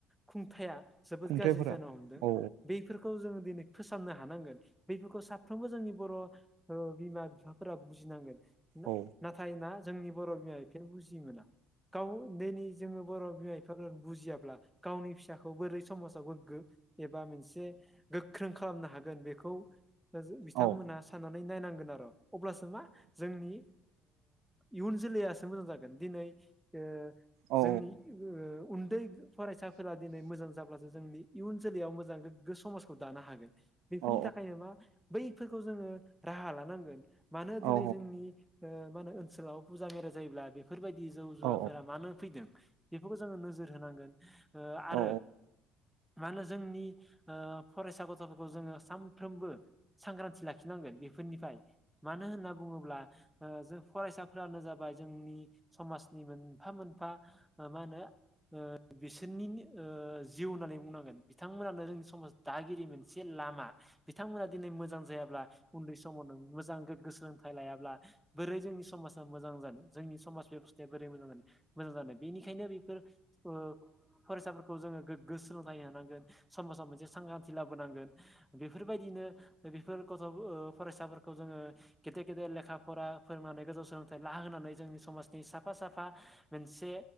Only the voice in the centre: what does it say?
खुंथाया जोबोद
गाज्रि जानो हमदों
बेफोरखौ खौ जोङो दिनै फोसाबनो हानांगोन बेफोरखौ साफ्रोमबो जोंनि बर' औ बिमा बिफाफोरा बुजिनांगोन
नाथाय ना जोंनि बर' बिमाया बिफोर बुजि मोना गाव दिनि जोङो बर' बिमा बिफाफोर बुजियाब्ला गावनि फिसाखौ बोरै समाजाव गोग्गो एबा मोनसे गोख्रों खालामनो हागोन बेखौ। बिथांमोनहा
साननानै नायनांगोन आरो अब्लासो मा जोंनि। इयुन जोलैयासो मोजां जागोन दिनै ओ
जोंनि उन्दै फरायसाफोरा दिनै मोजां जाब्लासो जोंनि इयुन जोलैयाव मोजां गोग्गो समाज खौ दानो हागोन बेफोरनि
थाखायनो मा बैफोरखौ जोङो राहा लानांगोन मानो दिनै
जोंनि मा होनो ओनसोलाव फुजा मेरा जायोब्ला बेफोरबायदि जौ जुवाफोरा
मानो फैदों। बेफोरखौ जोङो नोजोर होनांगोन आरो।
मानो जोंनि फरायसा गथ'फोरखौ जोङो सानफ्रोमबो। सांग्रांथि लाखिनांगोन बेफोरनिफ्राय मानो होनना बुङोब्ला। जों फरायसाफ्रानो जाबाय जोंनि समाजनि मोनफा मोनफा मा होनो ओ बिसोरनि जिउ होननानै बुंनांगोन बिथांमोनानो जोंनि समाज दागिरि मोनसे लामा--। बिथांमोना दिनै मोजां जायाब्ला उन्दै समावनो मोजां गोग्गो सोलोंथाइ लायाब्ला बोरै जोंनि समाजा मोजां जानो जोंनि समाज बेब'स्थाया बोरै मोजां जानो मोजां जानो बेनिखायनो बेफोर ओ फरायसाफोरखौ जोङो गोग्गो सोलोंथाइ होनांगोन समाजाव मोनसे सांग्रांथि लाबोनांगोन । बेफोरबायदिनो बेफोर गथ' ओ फरायसाफोरखौ जोङो गेदेर - गेदेर लेखा फरा फोरोंनानै गोजौ सोलोंथाइ ला होनानै जोंनि समाजनि साफा - साफा मोनसे